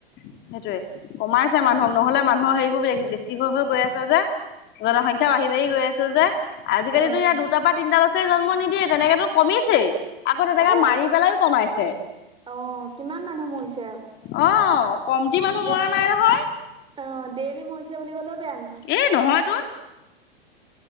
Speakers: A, on the left (about 35°); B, on the right (about 15°).
A: সেইটোৱে, কমাইছে মানুহক নহ'লে মানুহৰ হেৰিবোৰ বে-বেছি হৈ হৈ গৈ আছে যে। জনসংখ্যা
B: অ',
A: বাঢ়ি বাঢ়ি গৈ আছে যে, আজিকালিতো
B: অ',
A: ইয়াত দুটা পা তিনিটা লছ চে জন্ম নিদিয়ে তেনেকেতো কমিছেই। আকৌ তেনেকা
B: এয়া
A: মাৰি পেলাইও কমাইছে,
B: অ', কিমান মানুহ মৰিছে আকৌ
A: অ'। কমটি মানুহ
B: দে,
A: মৰা নাই নহয়
B: অ', ডেইলি মৰিছে বুলি ক'লেও বেয়া নহয়।
A: এ নহয় তোন।